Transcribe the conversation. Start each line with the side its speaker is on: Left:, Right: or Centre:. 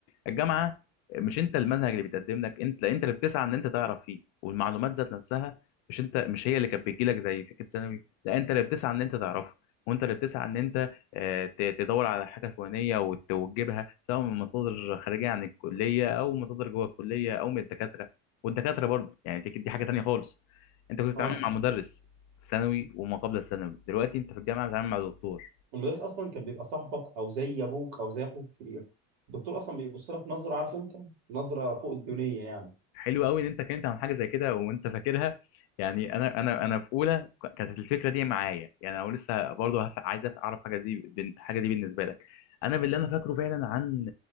Left: الجامعه مش انت المنهج اللي بيتقدم لك انت انت اللي بتسعى ان انت تعرف فيه والمعلومات ذات نفسها مش انت مش هي اللي كانت بتجي لك زي فكره ثانوي لا انت اللي بتسعى ان انت تعرفها وانت اللي بتسعى ان انت آه، ت- تدور على حاجه فلانيه وت- وتجيبها سواء من مصادر خارجيه عن الكليه او مصادر جوه الكليه او من الدكاتره والدكاتره برضه يعني دي دي حاجه تانيه خالص انت كنت بتتعامل
Right: اه
Left: مع مدرس في ثانوي وما قبل الثانوي دلوقتي انت في الجامعه بتتعامل مع دكتور
Right: المدرس اصلا كان بيبقى صاحبك او زي ابوك او زي اخوك الكبير الدكتور اصلا بيبص لك نظره عارف انت نظره فوق الدنيا يعني
Left: حلو قوي ان انت كنت عن حاجه زي كده وانت فاكرها يعني انا انا انا في اولى ك- كانت الفكره دي معايا يعني انا لسه برضه هف- عايز أف- اعرف حاجه دي بن- حاجه دي بالنسبه لك انا باللي انا فاكره فعلا عن